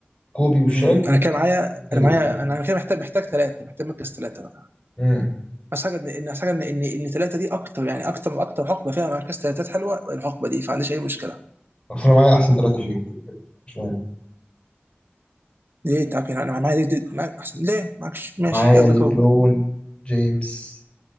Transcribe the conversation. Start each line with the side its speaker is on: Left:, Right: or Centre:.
Left: كوبي والشاك
Right: أمم، انا كان معايا
Left: وديريك
Right: انا معايا
Left: جابت
Right: انا أنا كده محتاج محتاج ثلاثه محتاج مركز ثلاثه بقى
Left: امم
Right: بس حاجه ان ان حاجه ان ان ان ثلاثه دي اكتر يعني اكتر اكتر حقبه فيها مركز ثلاثات حلوه الحقبه دي فما عنديش اي مشكله
Left: اصل انا معايا احسن ثلاثه فيهم كده كده مش مهم
Right: ليه طب يعني انا معايا دي, دي معايا احسن ليه معكش ماشي
Left: معايا
Right: يلا
Left: ليبرون
Right: جو
Left: جيمس